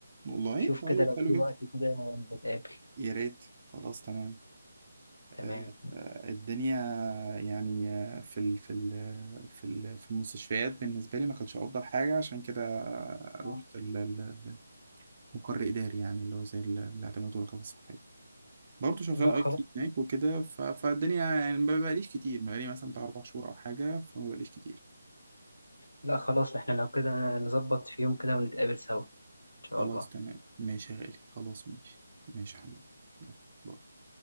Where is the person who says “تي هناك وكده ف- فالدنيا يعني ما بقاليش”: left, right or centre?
Right